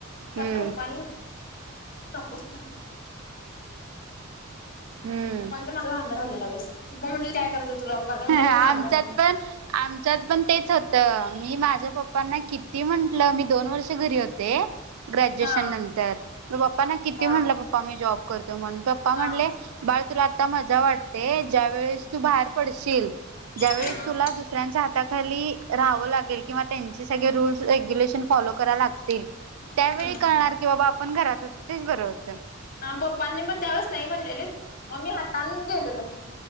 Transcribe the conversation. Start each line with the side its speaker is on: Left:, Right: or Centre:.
Left: त्या
Right: हम्म.
Left: पप्पांनी <inaudible>
Right: हम्म
Left: पप्पांच माझ भांडण झालेल त्यावेळेस पप्पा म्हटले काय गरज आहे तुला? करायला म्हटलं मी
Right: आमच्यात
Left: जाणार म्हणलं
Right: पण आमच्यात पण तेच होत. मी माझ्या पप्पांना कि ती म्हंटलं मी दोन वर्ष घरी होते ग्रॅज्युएशन
Left: हा
Right: नंतर. मी पप्प प्पाना किती
Left: हा
Right: म्हटलं पप्पा मी जॉब करतो म्हणुन पप्पा म्हटले
Left: हा
Right: बाळ तुला आत्ता मजा वाटते. ज्या वेळेस तू बाहेर पडशील ज्यावेेळेस
Left: हा
Right: तुला दुसऱ्यांच्या हाताखाली राहावं लागेल किंवा त्यां त्यांची सगळे रूल्स रेग्युलेशन फॉलो कराय लागतील त्यावेळी
Left: हा
Right: कळणार कि बाबा आपण घरात होतो तेच बरं होतं.
Left: हा पप्पांनी पण त्यावेळेस नाही म्हणलेलीत, मग मी हट्टान गेलेलो.